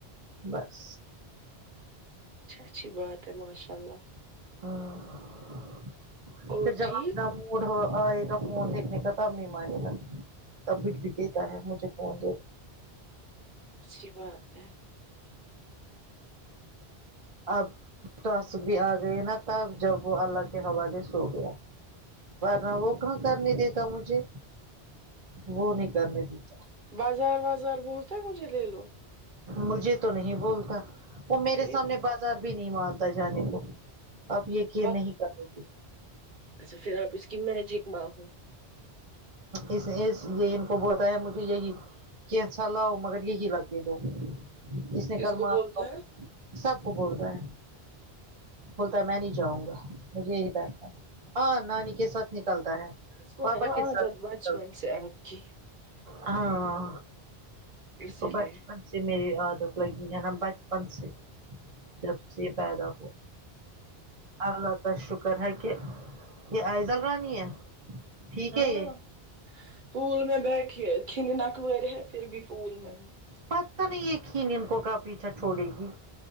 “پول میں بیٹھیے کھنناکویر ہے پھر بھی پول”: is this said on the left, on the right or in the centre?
Right